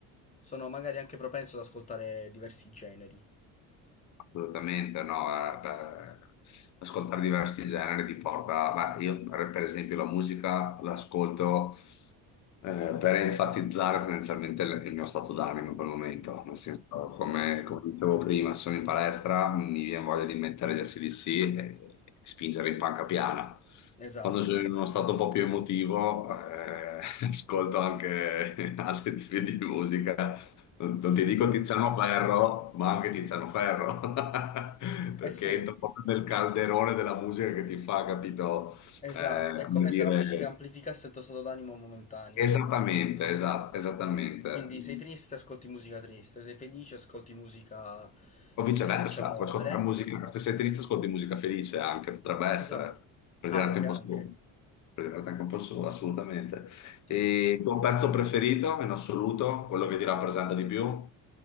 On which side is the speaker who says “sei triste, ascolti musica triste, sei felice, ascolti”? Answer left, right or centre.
Left